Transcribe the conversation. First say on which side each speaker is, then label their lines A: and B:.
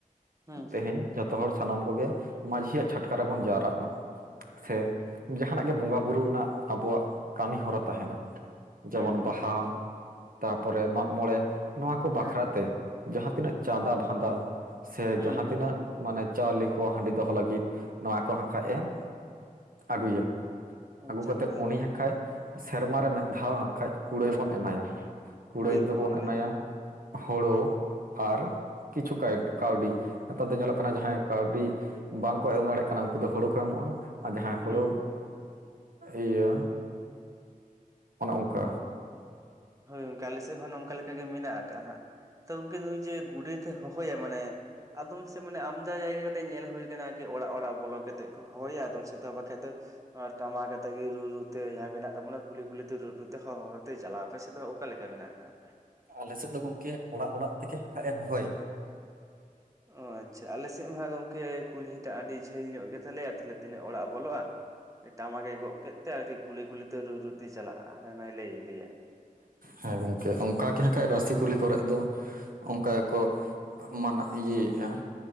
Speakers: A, on the right; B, on the right.
A: ᱦᱩᱸ
B: ᱛᱮᱦᱮᱧ ᱡᱚᱛᱚ ᱦᱚᱲ ᱥᱟᱱᱟᱢ ᱠᱚᱜᱮ ᱢᱟᱡᱷᱤᱭᱟᱜ ᱪᱷᱟᱴᱠᱟ ᱨᱮᱵᱚᱱ ᱡᱟᱣᱨᱟᱜ ᱢᱟ᱾ ᱥᱮ ᱡᱟᱦᱟᱱᱟᱜ ᱜᱮ ᱵᱚᱸᱜᱟ ᱵᱩᱨᱩ ᱨᱮᱱᱟᱜ ᱟᱵᱚᱣᱟᱜ ᱠᱟᱹᱢᱤᱦᱚᱨᱟ ᱛᱟᱦᱮᱱᱟ᱾ ᱡᱮᱢᱚᱱ
A: ᱦᱩᱸ ᱦᱩᱸ
B: ᱵᱟᱦᱟ,
A: ᱦᱩᱸ
B: ᱛᱟᱨᱯᱚᱨᱮ ᱢᱟᱜ ᱢᱚᱬᱮ ᱱᱚᱣᱟ ᱠᱚ ᱵᱟᱠᱷᱨᱟ
A: ᱦᱮᱸ ᱦᱮᱸ
B: ᱛᱮ ᱡᱟᱦᱟᱸ ᱛᱤᱱᱟᱹᱜ
A: ᱦᱩᱸ
B: ᱪᱟᱸᱫᱟ ᱵᱷᱟᱫᱟ ᱥᱮ
A: ᱦᱩᱸ
B: ᱡᱟᱦᱟᱸ
A: ᱦᱩᱸ
B: ᱛᱤᱱᱟᱹᱜ
A: ᱦᱩᱸ
B: ᱢᱟᱱᱮ ᱪᱟᱣᱞᱮ ᱠᱚ ᱦᱟᱺᱰᱤ ᱫᱚᱦᱚ ᱞᱟᱹᱜᱤᱫ ᱱᱚᱣᱟ ᱠᱚ ᱦᱟᱠᱷᱟᱡ ᱮᱢ ᱟᱹᱜᱩᱭᱟ᱾
A: ᱟᱪᱪᱷᱟ
B: ᱟᱹᱜᱩ ᱠᱟᱛᱮᱫ
A: ᱦᱳᱭ
B: ᱩᱱᱤ
A: ᱜᱚᱝᱠᱮ
B: ᱦᱟᱠᱷᱟᱡ ᱥᱮᱨᱢᱟ ᱨᱮ ᱢᱤᱫ ᱫᱷᱟᱣ ᱦᱟᱠᱷᱟᱡ ᱠᱩᱲᱟᱹᱭ ᱵᱚᱱ ᱮᱢᱟᱭᱟ᱾ ᱠᱩᱲᱟᱹᱭ
A: ᱦᱳᱭ
B: ᱫᱚᱵᱚᱱ
A: ᱦᱳᱭ ᱚᱱᱟ
B: ᱮᱢᱟᱭᱟ
A: ᱞᱟᱹᱜᱤᱫ
B: ᱦᱳᱲᱳ ᱟᱨ ᱠᱤᱪᱷᱩ ᱠᱟᱭᱤᱴ ᱠᱟᱹᱣᱰᱤ ᱱᱮᱛᱟᱨ ᱫᱚ ᱧᱮᱞᱚᱜ
A: ᱦᱳᱭ
B: ᱠᱟᱱᱟ ᱡᱟᱦᱟᱸᱭ
A: ᱦᱳᱭ
B: ᱠᱟᱹᱣᱰᱤ ᱵᱟᱝᱠᱚ ᱮᱢ ᱫᱟᱲᱮᱜ ᱠᱟᱱᱟ ᱩᱱᱠᱩ ᱫᱚ ᱦᱳᱲᱳ ᱠᱚ ᱮᱢᱚᱜᱼᱟ ᱟᱨ ᱡᱟᱦᱟᱸᱭ
A: ᱦᱩᱸ
B: ᱦᱳᱲᱳ
A: ᱦᱩᱸ ᱦᱩᱸ
B: ᱤᱭᱟᱹ ᱚᱱᱮ ᱚᱝᱠᱟ᱾
A: ᱦᱳᱭ ᱩᱝᱠᱮ ᱟᱞᱮ ᱥᱮᱜ ᱦᱚᱸ ᱱᱚᱝᱠᱟ ᱞᱮᱠᱟ ᱜᱮ ᱢᱮᱱᱟᱜ ᱟᱠᱟᱜᱼᱟ ᱦᱟᱜ ᱛᱚ ᱜᱚᱝᱠᱮ ᱩᱱᱭ ᱡᱮ ᱜᱩᱰᱮᱛ ᱛᱮ ᱦᱚᱦᱚᱭᱟ ᱢᱟᱱᱮ ᱟᱫᱚᱢ ᱥᱮᱜ ᱢᱟᱱᱮ ᱟᱢᱫᱟ ᱡᱟᱭᱜᱟ ᱠᱟᱛᱮᱜ ᱧᱮᱞ ᱦᱩᱭ ᱠᱟᱱᱟ ᱠᱤ ᱚᱲᱟᱜ ᱚᱲᱟᱜ ᱵᱚᱞᱚ ᱠᱟᱛᱮᱜ ᱠᱚ ᱦᱚᱦᱚᱭᱟ ᱟᱫᱚᱢ ᱥᱮᱫ ᱫᱚ ᱵᱟᱠᱷᱟᱡ ᱫᱚ ᱟᱨ ᱴᱟᱢᱟᱠ ᱟᱛᱮᱜ ᱜᱮ ᱨᱩ ᱨᱩᱛᱮ ᱡᱟᱦᱟᱸ ᱢᱮᱱᱟᱜ ᱛᱟᱵᱚᱱᱟ ᱠᱩᱞᱦᱤ ᱠᱩᱞᱦᱤ ᱛᱮ ᱨᱩ ᱨᱩ ᱛᱮ ᱦᱚᱸ ᱦᱚᱸᱦᱚᱸ ᱛᱮ ᱪᱟᱞᱟᱣ ᱟᱯᱮᱥᱮᱜ ᱫᱚ ᱚᱠᱟᱞ ᱞᱮᱠᱟ ᱢᱮᱱᱟᱜ ᱟᱠᱟᱜᱼᱟ?
B: ᱟᱞᱮᱥᱮᱜ ᱫᱚ ᱜᱚᱝᱠᱮ ᱚᱲᱟᱜ ᱚᱲᱟᱜ ᱛᱮᱜᱮ ᱠᱷᱟᱡ ᱮ ᱦᱚᱦᱚᱭ
A: ᱚ ᱟᱪᱪᱷᱟ ᱟᱞᱮ ᱥᱮᱜ ᱦᱟᱸᱡ ᱜᱚᱝᱠᱮ ᱠᱩᱞᱦᱤᱴᱟᱜ ᱟᱹᱰᱤ ᱡᱷᱟᱹᱞ ᱧᱚᱜ ᱜᱮᱛᱟᱞᱮᱭᱟ ᱛᱟᱦᱞᱮ ᱛᱤᱱᱟᱹᱜ ᱚᱲᱟᱜ ᱵᱚᱞᱚᱜᱼᱟ ᱴᱟᱢᱟᱠᱮ ᱜᱚᱜ ᱠᱮᱫ ᱛᱮ ᱟᱨᱠᱤ ᱠᱩᱞᱦᱤ ᱠᱩᱞᱦᱤ ᱛᱮ ᱨᱩ-ᱨᱩ ᱛᱮ ᱪᱟᱞᱟᱜᱼᱟ ᱟᱨ ᱟᱱᱟᱭ ᱞᱟᱹᱭ ᱤᱫᱤᱭᱟᱭ᱾
B: ᱦᱮᱸ ᱜᱚᱝᱠᱮ ᱚᱱᱠᱟᱜᱮ ᱦᱟᱸᱠᱷᱟᱡ ᱨᱟᱹᱥᱤ ᱠᱩᱞᱦᱤ ᱠᱚᱨᱮᱜ ᱫᱚ ᱚᱱᱠᱟ ᱜᱮᱠᱚ ᱢᱟᱱᱟᱜ ᱤᱭᱟᱹᱭᱟᱹᱭᱜᱼᱟ,